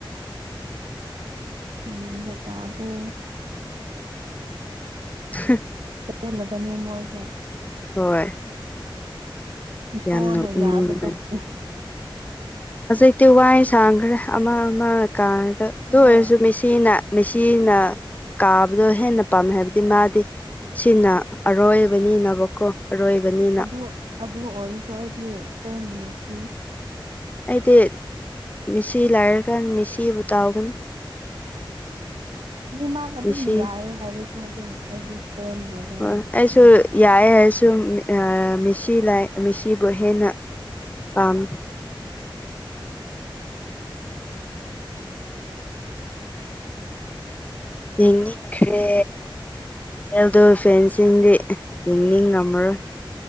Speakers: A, on the right (about 70°); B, on the left (about 15°).
A: ꯌꯦꯟꯒꯇꯗ꯭ꯔꯦ
B: <unintelligible> <inaudible>
A: ꯆꯦꯜꯂꯕꯅꯦ ꯃꯣꯏꯁꯦ
B: ꯍꯣꯏ
A: ꯏꯁꯣꯔꯅ
B: ꯌꯥꯝ ꯅꯣꯛꯅꯤꯡꯕꯅꯤ
A: ꯌꯥꯗꯕꯒꯤ
B: ꯍꯧꯖꯤꯛꯇꯤ ꯋꯥꯏ ꯁꯥꯡꯈ꯭ꯔꯦ ꯑꯃ ꯑꯃ ꯀꯥꯔꯗ ꯑꯗꯨ
A: ꯍꯣꯏ
B: ꯑꯣꯏꯔꯁꯨ ꯃꯤꯁꯤꯅ ꯃꯦꯁꯤꯅ ꯀꯥꯕꯗꯣ ꯍꯦꯟꯅ ꯄꯥꯝꯃꯦ ꯍꯥꯏꯕꯗꯤ ꯃꯥꯗꯤ ꯁꯤꯅ ꯑꯔꯣꯏꯕꯅꯤꯅꯕꯀꯣ ꯑꯔꯣꯏꯕꯅꯤ
A: ꯑꯗꯨ ꯑꯗꯨ ꯑꯣꯏꯔꯁꯨ ꯑꯩꯗꯤ ꯏꯁꯄꯦꯟꯕꯨ ꯅꯨꯡꯁꯤꯌꯦ
B: ꯑꯩꯗꯤ ꯃꯤꯁꯤ ꯂꯥꯏꯔꯀꯥꯟ ꯃꯤꯁꯤꯕꯨ ꯇꯥꯎꯒꯅꯤ
A: ꯑꯅꯤꯃꯛ ꯑꯗꯨꯝ
B: ꯃꯤꯁꯤ
A: ꯌꯥꯏ ꯍꯥꯏꯔꯁꯨ ꯑꯗꯨꯝ ꯑꯩꯗꯤ ꯏꯁꯄꯦꯟꯕꯨ ꯍꯦꯟꯅ
B: ꯍꯣꯏ
A: ꯅꯨꯡꯁꯤꯌꯦ
B: ꯑꯩꯁꯨ ꯌꯥꯏ ꯍꯥꯏꯔꯁꯨ ꯃꯤꯁꯤ ꯂꯥꯏ ꯃꯤꯁꯤꯕꯨ ꯍꯦꯟꯅ ꯄꯥꯝꯃꯤ ꯎ <unintelligible> <inaudible> ꯈ꯭ꯔꯦ ꯍꯦꯜꯗꯣ ꯐꯦꯟꯁꯤꯡꯗꯤ ꯌꯦꯡꯅꯤꯡ ꯉꯝꯃꯔꯣꯏ